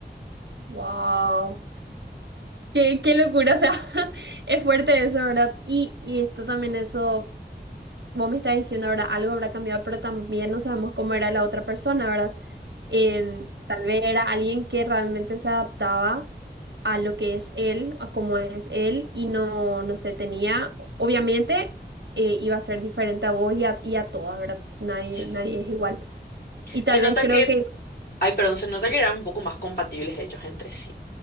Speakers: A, on the right; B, on the left.
A: Wow. Qué, qué locura, o sea, <laughs> es fuerte eso, ¿verdad? Y, y esto también, eso, vos me estás diciendo, ¿verdad? Algo habrá cambiado, pero también no sabemos cómo era la otra persona, ¿verdad? En-
B: Ujú.
A: tal vez era alguien que realmente se adaptaba a lo que es él, a cómo es él, y no, no sé, tenía, obviamente, eh, iba a ser diferente a vos y a, y a todas, ¿verdad? Nadie,
B: Sí.
A: nadie es igual. Y tal
B: Se nota
A: vez creo
B: que
A: que,
B: Ay, perdón, se nota
A: sí,
B: que eran un poco más compatibles ellos entre sí.